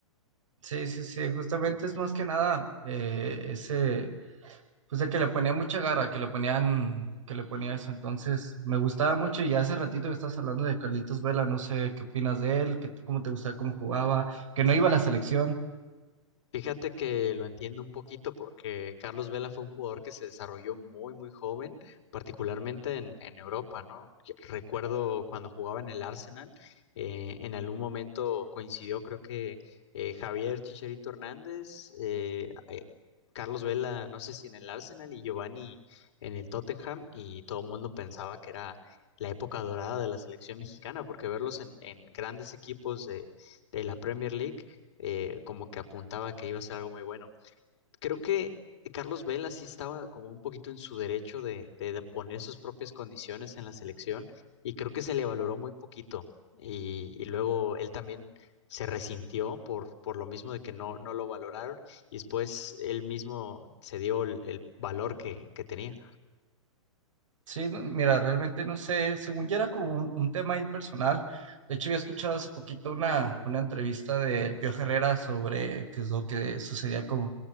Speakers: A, on the right (about 75°); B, on the left (about 60°).
A: Sí, sí, sí, justamente es más que nada eh, ese, Pues de que le ponía mucha garra, que le ponían, que le ponía eso. Entonces, me gustaba mucho y hace ratito que estás hablando de Carlitos Vela, no sé qué opinas de él, qué- cómo te gustaba, cómo jugaba, que no iba a la selección.
B: Fíjate que lo entiendo un poquito porque Carlos Vela fue un jugador que se desarrolló muy, muy joven, particularmente en, en Europa, ¿no? Que- Recuerdo cuando jugaba en el Arsenal, eh, en algún momento coincidió, creo que eh, Javier Chicharito Hernández, eh, eh, Carlos Vela, no sé si en el Arsenal y Giovanni en el Tottenham, y todo el mundo pensaba que era la época dorada de la selección mexicana, porque verlos en, en grandes equipos de de la Premier League eh, como que apuntaba que iba a ser algo muy bueno. Creo que Carlos Vela sí estaba como un poquito en su derecho de, de- de poner sus propias condiciones en la selección y creo que se le valoró muy poquito y, y luego él también se resintió por, por lo mismo de que no, no lo valoraron y después él mismo se dio el, el valor que, que tenía.
A: Sí, no- mira, realmente no sé, según ya era como un, un tema ahí personal. De hecho, había escuchado hace poquito una, una entrevista del Pío Herrera sobre qué es lo que sucedía con,